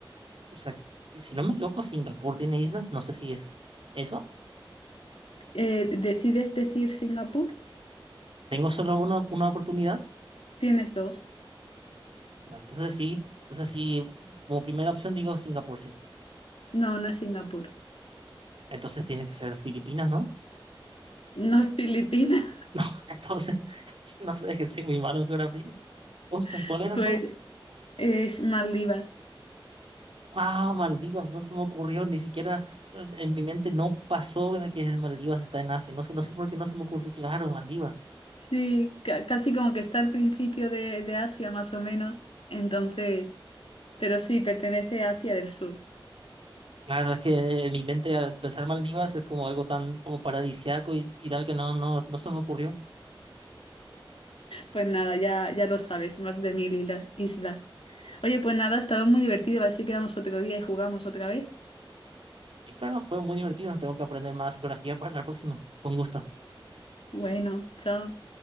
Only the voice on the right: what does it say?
O sea, que si no me equivoco, Singapur tiene islas. No sé si es eso.
Tengo solo una, una oportunidad.
Bueno, entonces sí, entonces sí, como primera opción digo Singapur, sí.
Entonces tiene que ser Filipinas, ¿no? <laughs>
No, entonces, <laughs> no sé, que soy muy malo en geografía. Uf, ¿y
cuál era
entonces?
Ah, Maldivas, no se me ocurrió, ni siquiera eh, en mi mente no pasó de que Maldivas está en Asia. No sé, no sé por qué no se me ocurrió. Claro, Maldivas.
Claro, es que en mi mente al pensar Maldivas es como algo tan como paradisíaco y, y tal que no, no, no se me ocurrió.
Y claro, fue muy divertido. Tengo que aprender más geografía para la próxima. Con gusto.